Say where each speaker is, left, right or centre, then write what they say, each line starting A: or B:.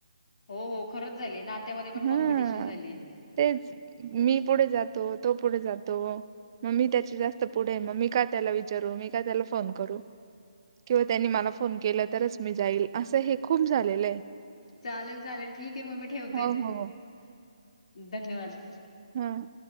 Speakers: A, on the left; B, on the right.
A: हो हो खरंच झाली नात्यामध्ये पण कॉम्पिटिशन
B: हा
A: झालीय.
B: तेच मी पुढे जातो तो पुढे जातो. मग मी त्याचे जास्त पुढे मग मी काय त्याला विचारू मी काय त्याला फोन करू. किंवा त्यांनी मला फोन केला तरच मी जाईल असं हे खूप झालेलं आहे.
A: चालेल चालेल ठीक आहे मग मी ठेवते.
B: हो हो
A: धन्यवाद!
B: हम्म.